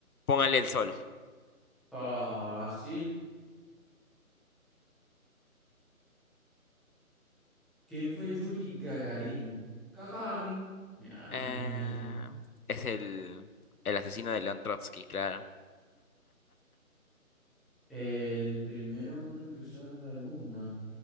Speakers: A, on the left; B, in the centre.
A: Póngale el sol.
B: fácil. ¿Quién fue Yuri Gagarin? Gagarin. Mi alma,
A: Eh,
B: ¿quién es este?
A: es el, el asesino de León Trotsky, claro.
B: El primer hombre en pisar la luna.